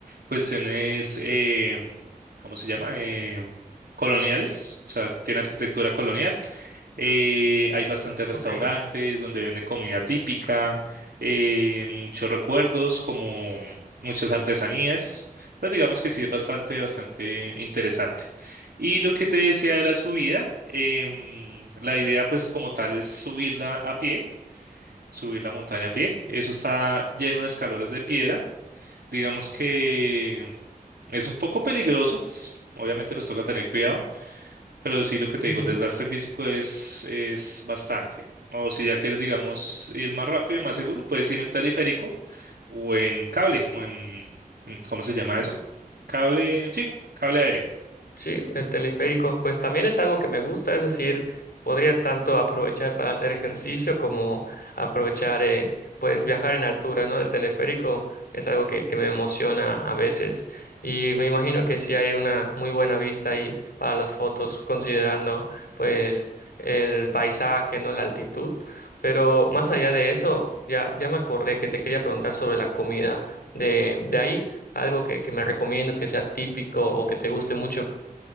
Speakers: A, on the right (about 80°); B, on the left (about 75°).
A: cuestiones, em, ¿cómo se llama? Em, coloniales, o sea, tiene arquitectura colonial. Eh, hay bastantes restaurantes
B: Ok.
A: donde venden comida típica, eh, muchos recuerdos, como muchas artesanías. Entonces, digamos que sí es bastante, bastante interesante. Y lo que te decía de la subida, em, la idea pues como tal es subirla a pie, subir la montaña a pie. Eso está lleno de escalones de piedra. Digamos que es un poco peligroso, pues obviamente pues toca tener cuidado, pero sí lo que te
B: ujú.
A: digo, el desgaste físico es, es bastante. O si ya quieres, digamos, ir más rápido y más seguro, puedes ir en teleférico o en cable, o en, ¿cómo se llama eso? Cable, sí, cable aéreo.
B: Sí, el teleférico, pues también es algo que me gusta, es decir, podría tanto aprovechar para hacer ejercicio como aprovechar, eh, pues viajar en altura, ¿no? El teleférico es algo que, que me emociona a veces y me imagino que sí hay una muy buena vista ahí para las fotos, considerando pues el paisaje, ¿no? La altitud. Pero más allá de eso, ya, ya me acordé que te quería preguntar sobre la comida de, de ahí, algo que, que me recomiendas que sea típico o que te guste mucho.